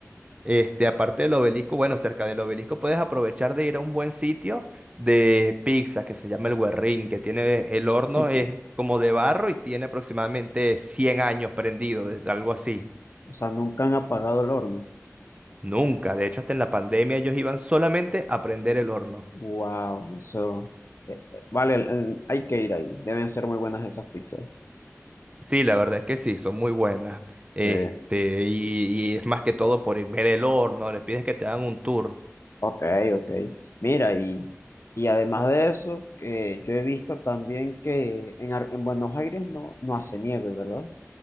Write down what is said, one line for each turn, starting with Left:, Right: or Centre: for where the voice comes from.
Right: Este, aparte del obelisco, bueno, cerca del obelisco puedes aprovechar de ir a un buen sitio de pizzas que se llama el Guerrín, que tiene el horno,
Left: <laughs>
Right: es como de barro y tiene aproximadamente 100 años prendido, de- algo así.
Left: O sea, nunca han apagado el horno.
Right: Nunca, de hecho, hasta en la pandemia ellos iban solamente a prender el horno.
Left: Wow, eso. eh, eh, vale, eh, hay que ir ahí. Deben ser muy buenas esas pizzas.
Right: Sí, la verdad es que sí, son muy buenas.
Left: Sí,
Right: Este, y, y es más que todo por ir- ver el horno, le pides que te hagan un tour.
Left: ok, ok. Mira, y, y además de eso, que yo he visto también que en, Ar- en Buenos Aires no, no hace nieve, ¿verdad?